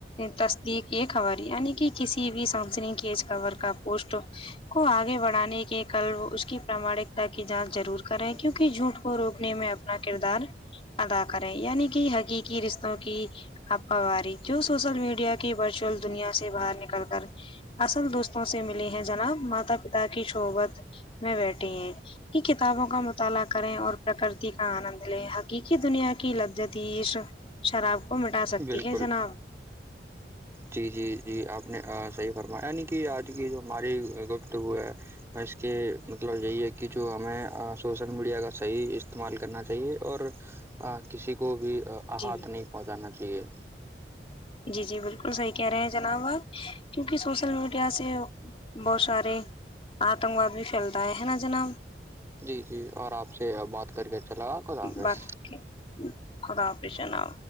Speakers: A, on the left; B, on the right.
A: تصدیق یہ خبر یعنی کہ کسی بھی سمسن کی خبر کا پوسٹ کو آگے بڑھانے کے کل وہ اس کی پراماانکتا کی جانچ ضرور کریں کیونکہ جھوٹ کو روکنے میں اپنا کردار ادا کریں یعنی کہ حقیقی رشتوں کی ہپا واری جو سوشل میڈیا کی ورچول دنیا سے باہر نکل کر اصل دوستوں سے ملی ہیں جناب ماتا پتا کی شوبت میں بیٹھے ہیں کہ کتابوں کا مطالعہ کریں اور پرکرتی کا آنند لے حقیقی دنیا کی لججت تش شراب کو مٹا سکتی
B: بالکل
A: ہے جناب
B: جی جی جی آپ نے صحیح فرمایا یعنی کہ آج کی جو ہماری گفٹ ہو ہے ب اس کے مطلب یہی ہے کہ جو ہمیں سوسل میڈیا کا صحیح استعمال کرنا چاہیے اور کسی کو بھی احات
A: جی
B: نہیں پہنچانا چاہیے
A: جی جی بالکل صحیح کہہ رہے ہیں جناب آپ کیونکہ سوشل میڈیا سے بہت سارے آتنک واد بھی پھیلتا ہے ہے نا جناب
B: جی جی اور آپ سے بات کر کے اچھا لگا خدا حافظ
A: بات رے خدا حافظ جؤ